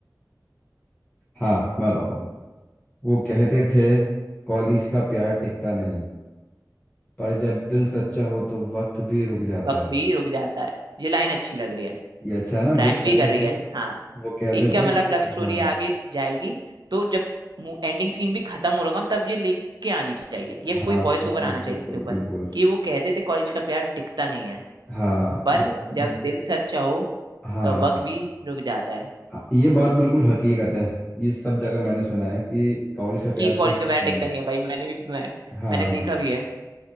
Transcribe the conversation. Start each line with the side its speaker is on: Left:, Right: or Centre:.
Left: हाँ मैं बताता हूँ वो कहते थे कॉलेज का प्यार टिकता नहीं पर जब दिल सच्चा हो तो वक्त भी रुक जाता
Right: वक्त
Left: है
Right: भी रुक जाता है ये लाइन अच्छी लग रही है
Left: ये अच्छा है ना
Right: राइम
Left: वो कहते
Right: भी कर रही
Left: थे
Right: है हाँ
Left: वो कहते
Right: इनका
Left: थे
Right: मतलब लव स्टोरी
Left: हाँ
Right: आगे जाएगी तो जब एंडिंग सीन भी खत्म हो रहा तब ये लेके आनी चाहिए ये कोई
Left: हाँ
Right: वॉइस
Left: बिल्कुल
Right: ओवर आना चाहिए
Left: बिल्कुल
Right: इसके ऊपर
Left: बिल्कुल
Right: कि वो कहते थे कॉलेज का प्यार टिकता नहीं है
Left: हाँ
Right: पर
Left: ब-
Right: जब दिल सच्चा हो
Left: हाँ
Right: तो वक्त भी रुक जाता है
Left: हाँ, ये बात बिल्कुल हकीकत है ये सब जगह मैंने सुना है कि कॉलेज का
Right: कि
Left: प्यार कभी
Right: कॉलेज
Left: टिकता
Right: का प्यार टिकता
Left: नहीं
Right: नहीं है भाई मैंने भी तो सुना है
Left: हाँ
Right: मैंने देखा भी है